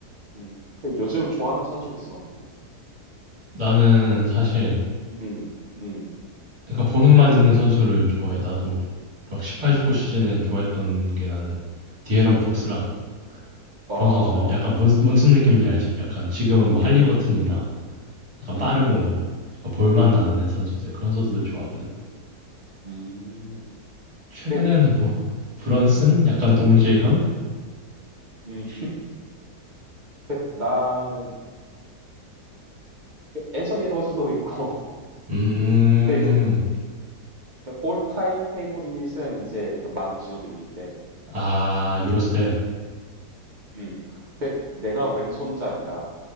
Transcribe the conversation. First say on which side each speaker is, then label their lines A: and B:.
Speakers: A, on the right; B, on the right.
A: 음. 그 요즘 좋아하는 선수 있어. 나는.
B: 나는 사실
A: 음. 음.
B: 약간 보는 맛 있는 선수를 좋아해. 나도 막 18,
A: 음.
B: 19 시즌에 좋아했던 게 나는 디에런 벅스랑
A: 음. 어,
B: 그런
A: 어.
B: 선수들 약간 뭔, 뭔슨 느낌인지 알지? 약간 지금은 뭐
A: 음.
B: 할리버튼이나
A: 음.
B: 약간 빠르고
A: 음.
B: 약간 볼맛
A: 음. 음.
B: 나는 애 선수들 그런 선수들 좋아하거든.
A: 음.
B: 최근에는
A: 그
B: 뭐 브런슨
A: 음.
B: 약간 동질감?
A: 음. 그 나는 이제 앤서니 에드워즈도 있고. <laughs>
B: 음
A: 근데 이제 올타임 페이보릿은 이제 그 마누 지노빌리인데
B: 아, 유로스텝.
A: 음. 근데 내가 왼손잡이라